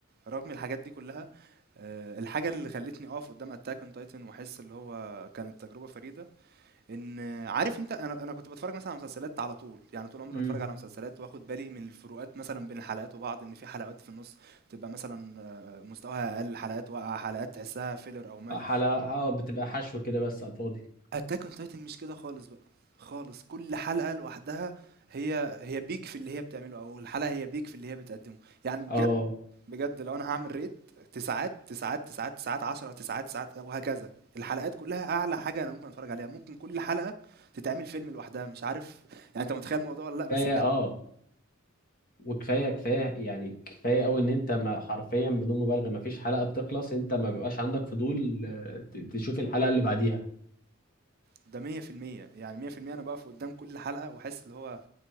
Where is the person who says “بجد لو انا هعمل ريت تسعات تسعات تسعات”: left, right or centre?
Right